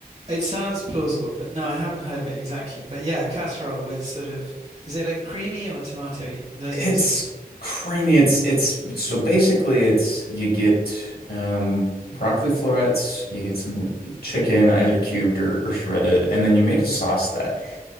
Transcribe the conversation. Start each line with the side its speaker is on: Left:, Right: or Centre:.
Right: It sounds plausible, but no, I haven't heard of it exactly. But yeah, casserole with sort of, is it like creamy or tomatoey? Those
Left: It's
Right: are your sort of,
Left: creamy. It's it's so basically it's you get um broccoli florets, you get some chicken either cubed or, or shredded, and then you make a sauce that